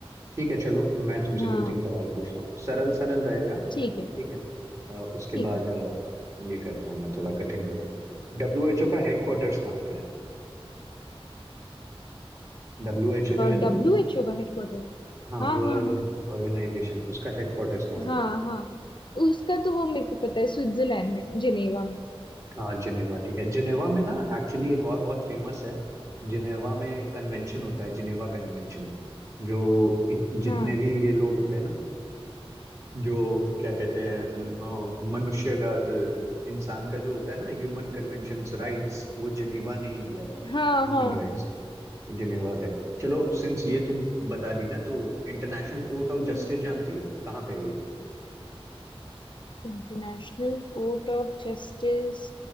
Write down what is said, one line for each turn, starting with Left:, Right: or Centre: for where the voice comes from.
Right: ठीक है चलो मैं तुमसे
Left: हाँ
Right: दो तीन सवाल पूछता हूँ सरल सरल रहेगा
Left: ठीक है
Right: ठीक है अ, उसके
Left: ठीक
Right: बाद
Left: है
Right: अ, ये करता हूँ मैं थोड़ा कठिन करूंगा डब्ल्यू एच ओ का हेडक्वार्टर्स कहाँ पे है डब्ल्यू एच ओ जो है
Left: डब्ल्यू
Right: ना
Left: एच ओ का हेडक्वार्टर
Right: हाँ
Left: हाँ
Right: वर्ल्ड
Left: हाँ हाँ
Right: हेल्थ ऑर्गेनाइजेशन उसका हेडक्वार्टर्स कहाँ
Left: हाँ हाँ उसका तो वो मेरे को पता है स्विट्जरलैंड में जिनेवा में
Right: हाँ जिनेवा ठीक है जिनेवा में ना एक्चुअली एक और बहुत फेमस है जिनेवा में कन्वेंशन होता है जिनेवा कन्वेंशन जो इत, जितने
Left: हाँ
Right: भी ये लोग होते हैं ना जो क्या कहते हैं अ, मनुष्य का अ, इंसान का जो होता है ना ह्यूमन कन्वेंशंस राइट्स वो जिनेवा ने ही दिया था
Left: हाँ
Right: ह्यूमन
Left: हाँ
Right: राइट्स जिनेवा का है। चलो सिंस ये तुम बता दी ना तो इंटरनेशनल कोर्ट ऑफ
Left: हम्म
Right: जस्टिस जानती हो कहाँ पे है ये
Left: इंटरनेशनल कोर्ट ऑफ जस्टिस